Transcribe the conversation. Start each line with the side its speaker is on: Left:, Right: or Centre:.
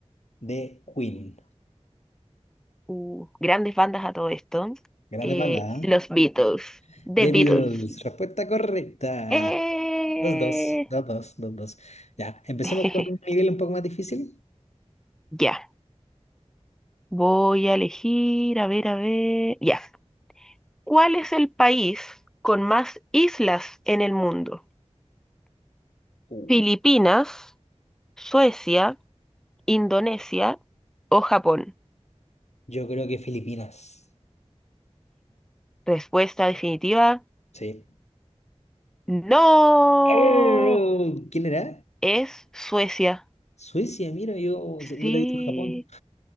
Left: D. Queen.
Centre: uh, grandes bandas a todo esto.
Left: Grandes
Centre: Eh,
Left: bandas, ¿eh?
Centre: los Beatles. The
Left: The
Centre: Beatles.
Left: Beatles. Respuesta correcta.
Centre: Eh,
Left: Dos, dos, dos, dos, dos, dos. Ya, empecemos
Centre: <laughs>
Left: con un nivel un poco más difícil.
Centre: Ya. Voy a elegir, a ver, a ver. Ya. ¿Cuál es el país con más islas en el mundo?
Left: Uh,
Centre: ¿Filipinas, Suecia, Indonesia o Japón?
Left: Yo creo que Filipinas.
Centre: Respuesta definitiva,
Left: Sí.
Centre: no,
Left: ¡Oh! ¿Quién era?
Centre: es Suecia.
Left: Suecia, mira, yo hubiera
Centre: Sí,
Left: dicho Japón.